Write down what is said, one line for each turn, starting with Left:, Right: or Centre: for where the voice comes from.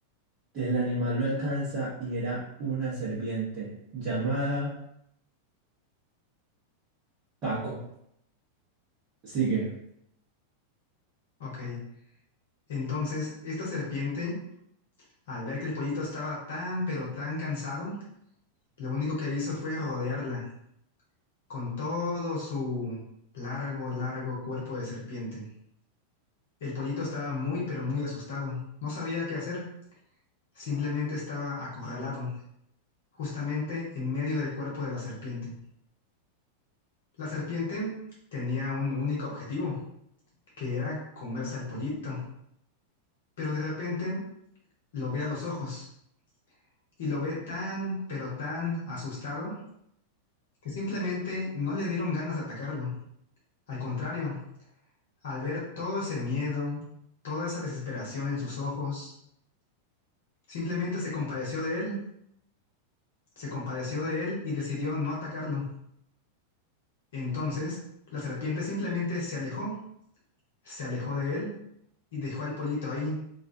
Right: El animal lo alcanza y era una serpiente llamada Paco. Sigue.
Left: Ok. Entonces, esta serpiente, al ver que el pollito estaba tan, pero tan cansado, lo único que hizo fue rodearla con todo su largo, largo cuerpo de serpiente. El pollito estaba muy, pero muy asustado. No sabía qué hacer. Simplemente estaba acorralado. justamente en medio del cuerpo de la serpiente. La serpiente tenía un único objetivo, que era comerse al pollito, pero de repente lo ve a los ojos y lo ve tan, pero tan asustado que simplemente no le dieron ganas de atacarlo. Al contrario, al ver todo ese miedo, toda esa desesperación en sus ojos, simplemente se compadeció de él, se compadeció de él y decidió no atacarlo. Entonces, la serpiente simplemente se alejó, se alejó de él y dejó al pollito ahí,